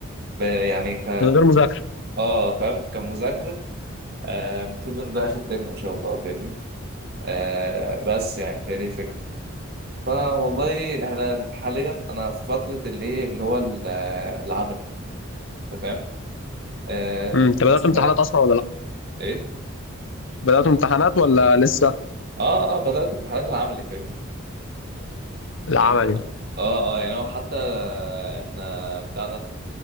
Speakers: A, on the right (about 50°); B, on the left (about 60°).
A: ب- يعني ك
B: من غير مذاكره
A: اه فاهم كمذاكرة آه، المفروض ان ده اخر ترم ان شاء الله فاهمني أه بس يعني فهي دي الفكرة فوالله احنا حاليا انا في فترة اللي إيه، اللي هو ال- العمل انت فاهم آه
B: امم انت بدات
A: بس
B: امتحانات
A: مر-
B: اصلا ولا لا
A: ايه
B: بدات امتحانات ولا لسه
A: اه اه بدأت امتحانات العملي فاهمني
B: العملي
A: يعني هو اه اه يعني هو حتى احنا بتاع ده